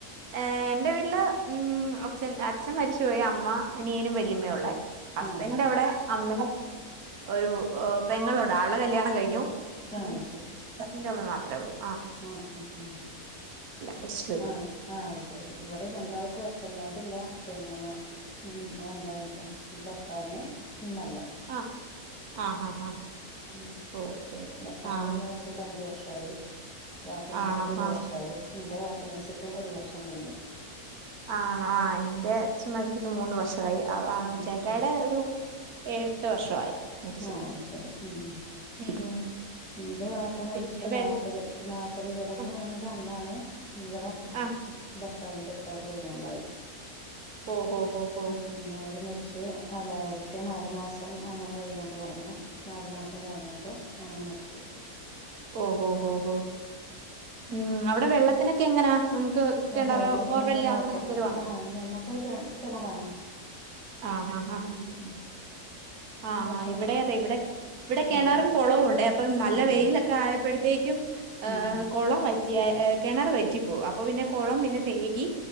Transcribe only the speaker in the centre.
ആഹ്
ആഹ്
ആഹ് ആഹ് ശരി
ആഹ്, ഉം ഉം
ആഹ് ആഹ് അയ് ശെരി ഇവിടെ രണ്ടാള് ഇൻക്കു എളച്ചന്മാരില്ല, പിന്നെ ഉം, അതെന്താ എനിക്ക് <unintelligible> ഭർത്താവിനെ ഇമ്മല്ല.
ഉം
ഭർത്താവിന്റെ
ഇമ്മ മരിച്ചിട്ട് അഞ്ച് വർഷായി, വാപ്പ മരിച്ചിട്ട്
ഒരു
വർഷായി. ഇൻ്റെ വാപ്പ മരിച്ചിട്ടും ഒരു വർഷം കഴിഞ്ഞ്.
ഉം
ഉം
ആഹ്, അഹ് ശെരി, ഉം.
ഇന്റ വാപ്പ മരിച്ച്
നാല്പ്ത്, നാല്പത് ചടങ്ങ്ന്റെ
അന്നാണ് ഇവിടെ ഹെ ഭർത്താവിന്റെ
ഭർത്താവിന്റെ ഉപ്പാക്ക് വയ്യാണ്ടായി.
പിന്നെ അവര് മരിച്ച് അല്ല അവര്ക്ക് നാ ല് മാസം അങ്ങനെ വയ്യാണ്ട് കെടന്നു. നാല് മാസം കഴിഞ്ഞപ്പോ അങ്ങനെ മരിച്ചു.
ഓഹോ വെള്ളത്തിനൊന്നും
കൊഴപ്പല്ല
ആഹ് ഞമ്മക്ക് കെ കിണറാണ്
ഉം ഉം
നോക്കോ
ആഹ്
ആഹ്
ആഹ്